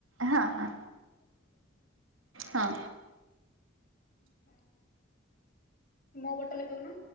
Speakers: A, on the right; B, on the left.
A: ହଁ ହ ହଁ।
B: <inaudible> ମୋ ବୋଟଲ ପିଉନ।